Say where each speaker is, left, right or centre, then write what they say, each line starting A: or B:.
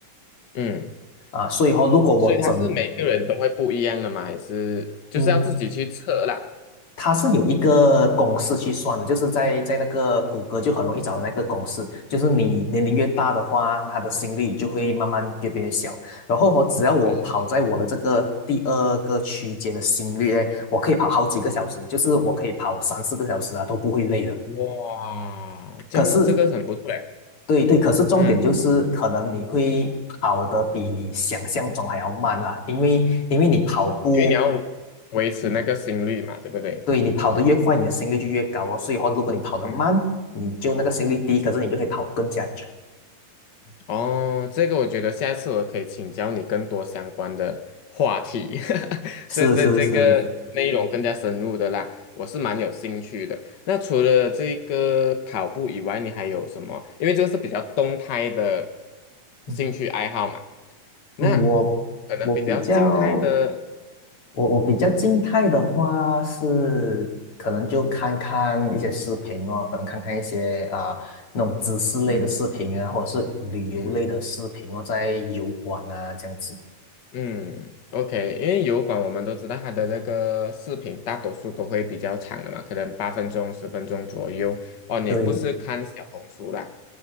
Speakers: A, on the left; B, on the left.
A: 嗯。
B: 啊、所以说如果我整
A: 所以它是每个人都会不一样的嘛，还是就是要自己去测啦？
B: 嗯它是有一个公式去算的，就是在在那个谷歌就很容易找到那个公式，
A: 嗯，
B: 就是你年龄越大的话，他的心率就会慢慢越变越小。然后我只要我跑在我的这个第二个区间的心率呢，
A: 哦，
B: 我可以跑好几个小时，就是我可以跑三四个小时啊，都不会累的。
A: 哇，这样这个很不错哎，
B: 可是，对对，可是重点就是可能你会跑得比你想象中还要慢啦，
A: 嗯，
B: 因为因为你跑步。
A: 因为你要维持那个心率嘛，
B: 你
A: 对不对？
B: 对你跑得越快，你的心率就越高哦。所以话，如果你跑得慢，
A: 嗯
B: 你就那个心率低，可是你就可以跑更加久。
A: 哦，这个我觉得下一次我可以请教你更多相关的话题，<laughs>
B: 是是是，
A: 这这这个内容更加深入的啦，我是蛮有兴趣的。那除了这个跑步以外，你还有什么？因为这个是比较动态的
B: 嗯
A: 兴趣爱好嘛，那
B: 嗯，我我比较
A: 可能比较静态的，
B: 我我比较静态的话是，可能就看看一些视频哦，可能看看一些啊、那种知识类的视频啊，
A: 嗯
B: 或者是旅游类的视频哦，
A: 嗯。
B: 在油管啊这样子。
A: 嗯，OK，因为油管我们都知道它的那个视频大多数都会比较长的嘛，可能八分钟、十分钟左右。哦，你不是看小红书啦？
B: 对，